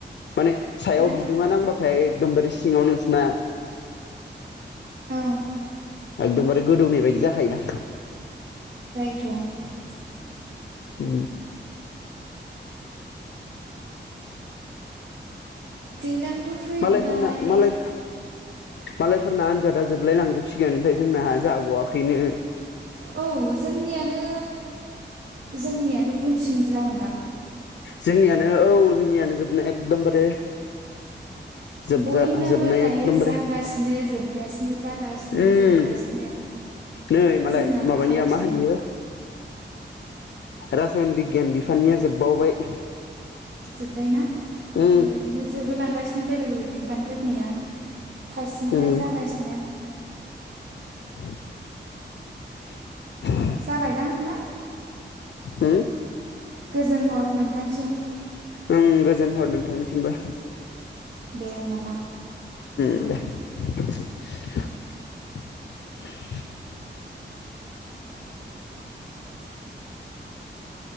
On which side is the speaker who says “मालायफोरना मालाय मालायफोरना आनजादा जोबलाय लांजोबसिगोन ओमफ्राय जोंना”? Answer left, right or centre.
Left